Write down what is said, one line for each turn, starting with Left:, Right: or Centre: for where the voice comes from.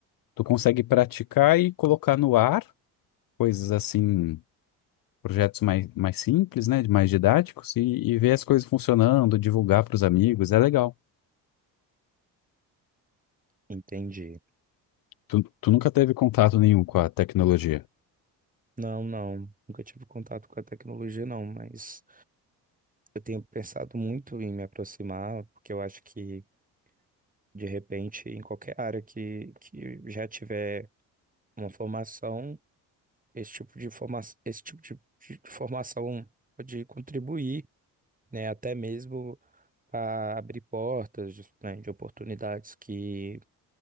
Left: tu consegue praticar e colocar no ar, coisas assim projetos mais, mais simples, né? Mais didáticos e, e ver as coisas funcionando, divulgar para os amigos, é legal.
Right: entendi.
Left: Tu, tu nunca teve contato nenhum com a tecnologia.
Right: Não, não, nunca tive contato com a tecnologia, não, mas eu tenho pensado muito em me aproximar, porque eu acho que, de repente, em qualquer área que, que já tiver uma formação, esse tipo de forma, esse tipo de, de formação pode contribuir né? Até mesmo a abrir portas, né, de oportunidades que,